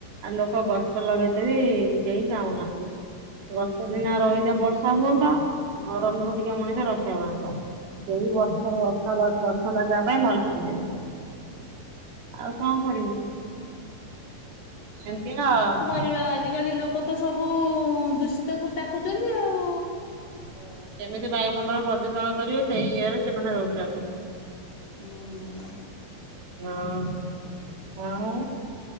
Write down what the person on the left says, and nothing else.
ବା ଆଜିକାଲି ଲୋକ ତ ସବୁ ଦୂଷିତକୁ ଡାକୁଛନ୍ତି ଆଉ
ହୁଁ